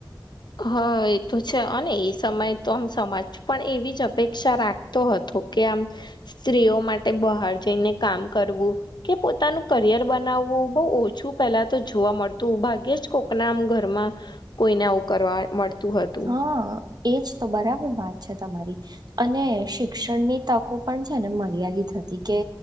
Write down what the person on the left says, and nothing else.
હા એ તો છે અને એ સમય તો આમ સમાજું પણ એવી જ અપેક્ષા રાખતો હતો કે આમ સ્ત્રીઓ માટે બહાર જઈને કામ કર પોતાનું કરિયર બનાવું બ ઓછું પહેલા તો જોવા મળતું ભાગ્ય જ કોકના મ ઘરમાં કોઈને આવું કરવા મળતું હતું